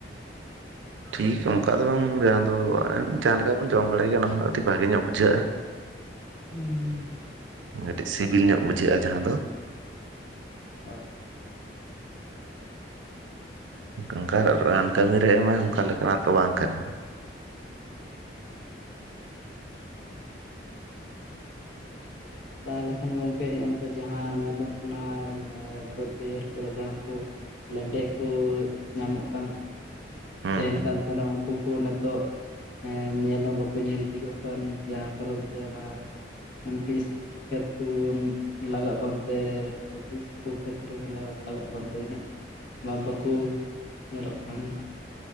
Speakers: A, on the right; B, on the left.
A: ᱴᱷᱤᱠ ᱚᱝᱠᱟ ᱫᱚ ᱵᱟᱝ ᱡᱟᱦᱟᱸ ᱫᱚ ᱡᱟᱦᱟᱸ ᱞᱮᱠᱟ ᱵᱚᱱ ᱡᱚᱢ ᱵᱟᱲᱟᱭ ᱜᱮᱭᱟ ᱚᱱᱟ ᱠᱷᱚᱱᱟᱜ ᱴᱷᱤᱠ ᱵᱷᱟᱜᱤ ᱧᱚᱜ ᱵᱩᱡᱷᱟᱹᱜᱼᱟ᱾
B: ᱦᱩᱸᱻ᱾
A: ᱢᱤᱫᱴᱮᱡ ᱥᱤᱵᱤᱞ ᱧᱚᱜ ᱵᱩᱡᱷᱟᱹᱜᱼᱟ ᱡᱟᱦᱟᱸ ᱫᱚ᱾
B: ᱦᱳᱭ᱾
A: ᱚᱝᱠᱟ ᱨᱟᱱ ᱠᱟᱹᱢᱤ ᱨᱮ ᱮᱢᱟ ᱚᱝᱠᱟ ᱞᱮᱠᱟᱱᱟᱜ ᱫᱚ ᱵᱟᱝ ᱠᱟᱱᱟ᱾
B: ᱛᱟᱞᱦᱮ ᱠᱷᱟᱱ ᱜᱚᱝᱠᱮ ᱦᱮᱸᱜ-ᱮ ᱱᱤᱛᱚᱜ ᱡᱟᱦᱟᱸ ᱧᱮᱞᱚᱜ ᱠᱟᱱᱟ ᱵᱟᱹᱫ ᱵᱟᱹᱭᱦᱟᱹᱲ ᱠᱚᱨᱮ ᱡᱟᱦᱟᱸ ᱠᱚ ᱞᱮᱸᱰᱮᱜ ᱠᱚ ᱧᱟᱢᱚᱜ ᱠᱟᱱ᱾
A: ᱦᱩᱸ
B: ᱛᱮᱸᱦᱮᱱ
A: ᱦᱩᱸ
B: ᱠᱟᱱ ᱛᱟᱦᱮᱱᱚᱜ ᱩᱱᱠᱩ ᱠᱚ ᱱᱤᱛᱚᱜ ᱦᱮᱸ ᱧᱮᱞ ᱦᱚᱸ ᱵᱟᱠᱚ ᱧᱮᱞ ᱛᱤᱭᱟᱜᱚᱜ ᱠᱟᱱ ᱡᱟᱦᱟᱸ ᱠᱟᱨᱚᱱ ᱛᱮ ᱚᱱ ᱛᱤᱥ᱾ ᱠᱷᱮᱛ ᱠᱚ ᱵᱚᱱ ᱞᱟᱜᱟᱜ ᱠᱟᱱᱛᱮ ᱛᱤᱥ ᱠᱚ ᱠᱷᱮᱛ ᱠᱚᱨᱮ ᱵᱚᱱ ᱞᱟᱜᱟᱜ ᱠᱟᱱᱛᱮ ᱤᱱᱟᱹᱜ ᱵᱟᱝ ᱵᱟᱠᱚ ᱧᱮᱞᱚᱜ ᱠᱟᱱ ᱾